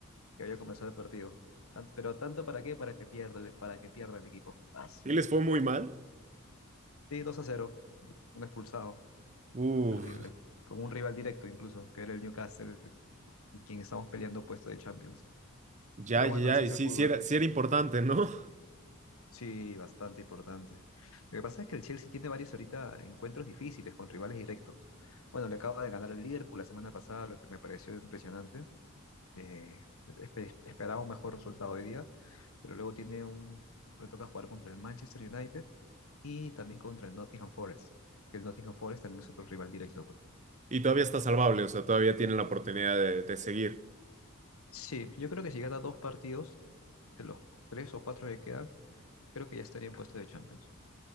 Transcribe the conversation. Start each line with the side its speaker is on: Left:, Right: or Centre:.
Left: que había comenzado el partido, Tan- pero tanto para qué, para que pierda, el- para que pierda el equipo. ah.
Right: ¿Y les fue muy mal?
Left: Sí, 2 a cero, un expulsado,
Right: Uf,
Left: terrible. Con un rival directo incluso, que era el Newcastle, con quien estamos peleando puesto de Champions.
Right: ya,
Left: Pero
Right: ya,
Left: bueno,
Right: ya.
Left: así
Right: Y
Left: es
Right: sí,
Left: el fútbol.
Right: sí era, sí era importante, ¿no?
Left: Sí, bastante importante. Lo que pasa es que el Chelsea tiene varios ahorita encuentros difíciles con rivales directos. Bueno, le acaba de ganar al Liverpool la semana pasada, lo que me pareció impresionante. Eh, espe- esperaba un mejor resultado hoy día, pero luego tiene un... le toca jugar contra el Manchester United y también contra el Nottingham Forest. El Nottingham Forest también es otro rival directo. pues.
Right: <laughs> Y todavía está salvable, o sea, todavía tienen la oportunidad de, de seguir.
Left: Sí, yo creo que si gana dos partidos, de los tres o cuatro que quedan, creo que ya estaría en puesto de Champions.